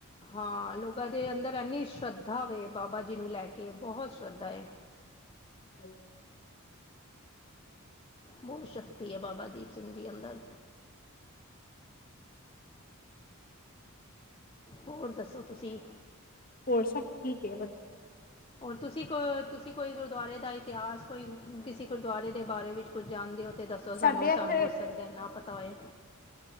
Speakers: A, on the left; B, on the left.
A: ਹਾਂ। ਲੋਕਾਂ ਦੇ ਅੰਦਰ ਇਨੀ ਸ਼ਰਧਾ ਵੇ, ਬਾਬਾ ਜੀ ਨੂੰ ਲੈ ਕੇ ਬਹੁਤ ਸ਼ਰਧਾ ਏ।
B: <unintelligible>
A: ਬਹੁਤ ਸ਼ਕਤੀ ਹੈ ਬਾਬਾ ਦੀਪ ਸਿੰਘ ਜੀ ਅੰਦਰ। ਹੋਰ ਦੱਸੋ ਤੁਸੀਂ?
B: ਹੋਰ ਸਭ ਠੀਕ ਹੈ ਵਧੀਆ।
A: <inaudible> ਔਰ ਤੁਸੀਂ ਕੋ ਤੁਸੀਂ ਕੋਈ ਗੁਰਦੁਆਰੇ ਦਾ ਇਤਿਹਾਸ ਕੋਈ ਕਿਸੇ ਗੁਰਦੁਆਰੇ ਦੇ ਬਾਰੇ ਵਿੱਚ ਕੁਝ ਜਾਣਦੇ ਹੋ। ਤੇ ਦੱਸੋ
B: ਸਾਡੇ
A: ਸਾਨੂੰ-ਸਾਨੂੰ
B: ਇੱਥੇ
A: ਹੋ ਸਕਦਾ ਨਾ ਪਤਾ ਹੋਏ।